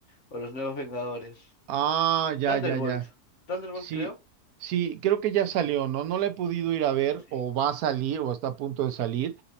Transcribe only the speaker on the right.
Ah, ya,
ya, ya.
Sí,
sí, creo que ya salió, ¿no? No la he podido ir a ver
o va a salir o está a punto de salir,